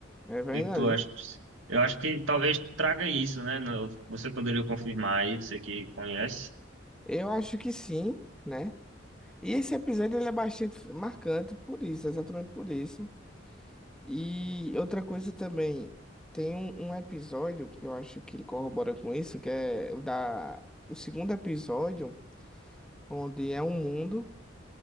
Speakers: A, in the centre; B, on the right (about 80°).
A: é verdade.
B: O que que tu acha disso? Eu acho que talvez traga isso, né? No- Você poderia confirmar aí, você que conhece.
A: Eu acho que sim, né? E esse episódio ele é bastante marcante por isso, exatamente por isso. E outra coisa também, tem um, um episódio que eu acho que ele corrobora com isso, que é o da, o segundo episódio, onde é um mundo.